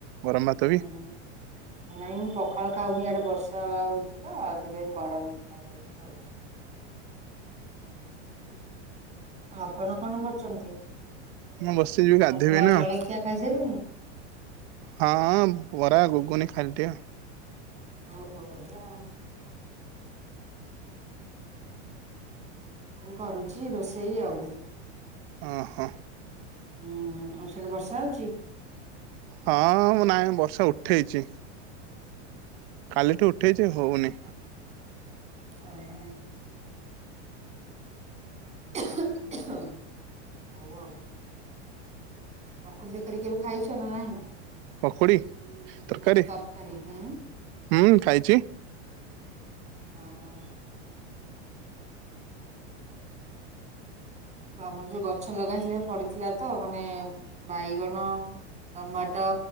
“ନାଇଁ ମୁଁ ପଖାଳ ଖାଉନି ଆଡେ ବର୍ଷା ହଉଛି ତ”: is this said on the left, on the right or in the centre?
Right